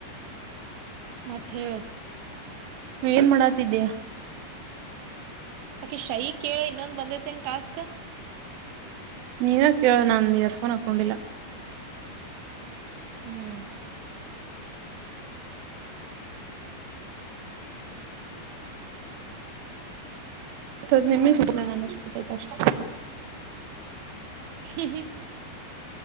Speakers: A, on the right; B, on the right.
A: ಮಥೇ
B: ನೀ ಏನ್ ಮಾಡಾತಿದೀಯಾ
A: ಯಾಕೆ ಶೈ ಕೇಳ ಇನ್ನೊಂದು ಬಂದೇತೆೇನ ಟಾಸ್ಕ್
B: ನೀನ ಕ ನಂದ ಇಯರ್ಫೋನ್ ಹಾಕೊಂಡಿಲ್ಲ
A: ಹ್ಮ್
B: ಮದದು ನಿಮಗ್ ಹಲ ನನ್ನ ಅಷ್ಟು ಬಿಿಟ್ಟೈತ ಅಷ್ಟ
A: ಹ್ಮ